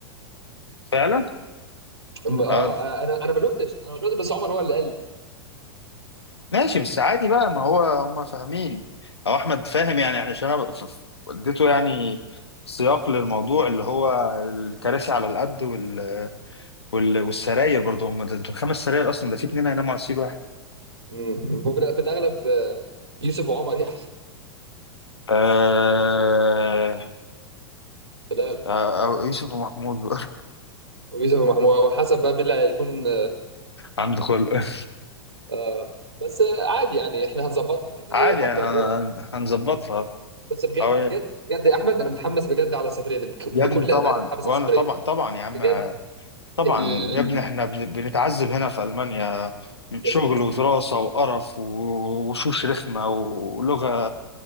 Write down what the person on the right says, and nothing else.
أم- اه
آه، انا انا ما شفتش انا ما شفتش بس عمر هو اللي قال لي
مم. هو في الأ- في الاغلب آه، يوسف وعمر يعني
<laughs> في الاغلب
ويوسف ومحمود وحسب بقى مين اللي هيكون
آه بس آه، عادي يعني احنا هنظبطها يعني
حتى
لما هو
بس بجد
بجد بجد يا احمد انا متحمس بجد على السفريه دي بك-
بكل
امانه متحمس
على السفريه
بجد
ال...
بجد